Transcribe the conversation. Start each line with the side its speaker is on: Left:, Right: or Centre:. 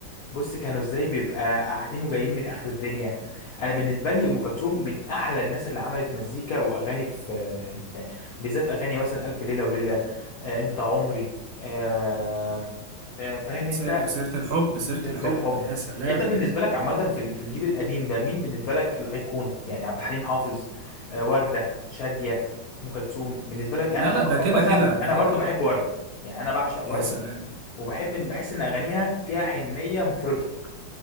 Left: بص كانوا ازاي بيبقى قاعدين وجايين من اخر الدنيا انا بالنسبه لي ام كلثوم من احلى الناس اللي عملت مزيكا واغاني في بتاع- بالذات اغاني مثلا الف ليله وليله آه انت عمري آه آه فاهم انت
Right: س- سيرة الحب سيرة
Left: وسيره
Right: الحب
Left: الحب
Right: يا سلام
Left: انت بالنسبه لك عامه في ال- في الجيل القديم ده مين بالنسبه لك الايقونه يعني عبد الحليم حافظ آه ورده شاديه ام كلثوم بالنسبه لك انا
Right: لا
Left: انا
Right: لا ده
Left: اقول
Right: كده
Left: لك مثلا
Right: كده ده
Left: انا
Right: كده
Left: برضو بحب ورده يعني انا بعشق
Right: يا
Left: ورده
Right: سلام
Left: وبحب إن- بحس ان اغانيها فيها حنيه مفرطه